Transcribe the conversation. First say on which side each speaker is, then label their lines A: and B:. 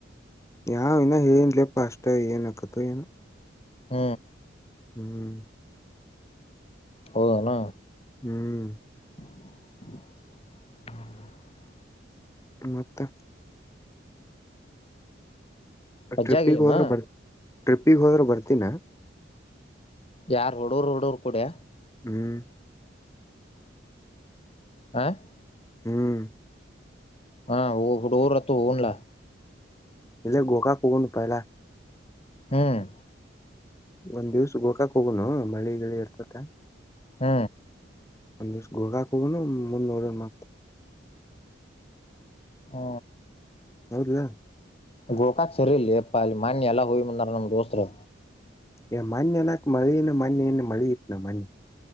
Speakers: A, on the left; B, on the left.
A: ಯಾವ ಇನ ಹೇಳಿನಲೆಪ್ಪ ಅಷ್ಟ ಏನ್ ಆಕತ ಏನೊ.
B: ಹ.
A: ಹ್ಮ್.
B: ಹೌದನ.
A: ಹ್ಮ್.
B: ಹ್ಮ.
A: ಮತ್ತ.
B: ವಜ್ಜಾಗಿಲಿನ
A: ಟ್ರಿಪ್ಪಿಗೆ ಹೋದ್ರ ಬರ್ ಟ್ರಿಪ್ಪಿಗೆ ಹೋದ್ರ ಬರ್ತಿನ.
B: ಯಾರ ಹುಡೂರು ಹುಡೂರು ಕೂಡೆ.
A: ಹ್ಮ್.
B: ಆ.
A: ಹ್ಮ್.
B: ಹಾ ಹುಡಗುರ್ ಅತು ಹೋಗುನ್ ಲಾ.
A: ಇಲ್ಲೆ ಗೋಕಾಕ್ ಹೋಗುನು ಪಾಯಲಾ.
B: ಹ್ಮ್.
A: ಒಂದ್ ದಿವ್ಸ ಗೋಕಾಕ್ ಹೋಗುನು ಮಳಿ ಗಿಳಿ ಇರ್ತತಿ.
B: ಹ್.
A: ಒಂದ್ ದಿವ್ಸ ಗೋಕಾಕ್ ಹೋಗುನು ಮುಂದ್ ನೋಡೂನು ಮತ್.
B: ಹಾ.
A: ಹೌದಲೊ.
B: ಗೋಕಾಕ್ ಸರಿ ಇಲ್ಲಲೇ ಪಾ ಅಲ್ಲಿ ಮನ್ನಿ ಎಲ್ಲ ಹೋಗಿ ಬಂದಾರ್ ನಮ್ಮ್ ದೋಸ್ತ್ರ.
A: ಯ ಮಾನ್ಯ ನಾಕ ಮಾಡಿ ಮಾನ್ಯ ಮಾಡಿತನ ಮಾನ್ಯ